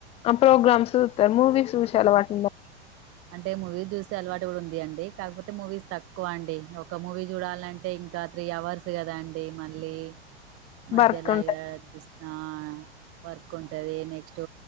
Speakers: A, on the left; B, on the right.
A: ఆ ప్రోగ్రామ్స్ చూతారు మూవీ సూసే అలవాటులెద
B: అంటే మూవీ చూసె అలవాటు కూడా ఉంది అండి కాకపోతే మూవీస్ తక్కువ అండి ఒక మూవీ చూడాలంటే ఇంకా త్రీ అవర్స్ కదా అండి మళ్ళీ మధ్యలా
A: వర్క్ ఉంటది
B: ఇగ డిస్ ఆ వర్క్ ఉంటది నెక్స్ట్